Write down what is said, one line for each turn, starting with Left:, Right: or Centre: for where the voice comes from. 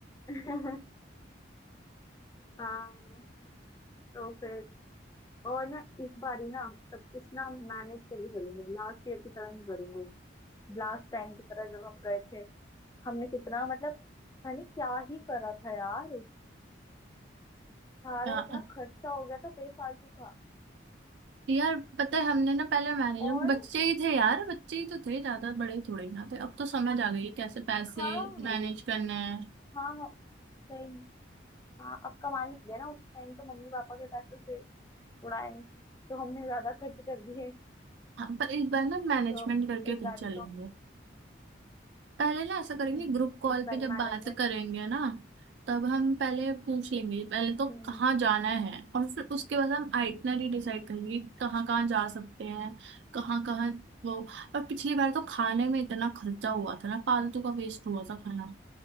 Left: <laughs> हाँ तो फिर और ना इस बार ही ना सब कुछ ना मैनेज करके चलेंगे लास्ट ईयर की तरह नहीं करेंगे लास्ट टाइम की तरह जब हम गए थे हमने कितना मतलब पता नहीं क्या ही करा था यार सारा
Right: या,
Left: इतना खर्चा हो गया था बेफालतू का
Right: यार पता है हमने ना पहले मैनेजर
Left: और
Right: बच्चे ही थे यार बच्चे ही तो थे ज्यादा बड़े थोड़े ना थे अब तो समझ आ गई है कैसे पैसे
Left: हाँ
Right: मैनेज करने हैं
Left: हाँ सही में। हाँ अब कमाने लग गए ना उस टाइम तो मम्मी पापा के पैसों से उड़ाए तो हमने ज्यादा खर्च कर दिए
Right: हाँ, पर इस बार ना मैनेजमेंट
Left: तो
Right: करके
Left: इस
Right: कुछ
Left: बारी
Right: चलेंगे
Left: तो
Right: पहले ना ऐसा करेंगे
Left: हम्म
Right: ग्रुप कॉल
Left: इस बारी
Right: पे जब
Left: मैनेजमेंट
Right: बात करेंगे ना तब हम पहले पूछ लेंगे पहले
Left: हम्म
Right: तो कहाँ जाना है और फिर उसके बाद हम आइटनरी डिसाइड करेंगे कि कहाँ कहाँ जा सकते हैं कहाँ कहाँ वो और पिछली बार तो खाने में इतना खर्चा हुआ था ना फालतू का वेस्ट हुआ था खाना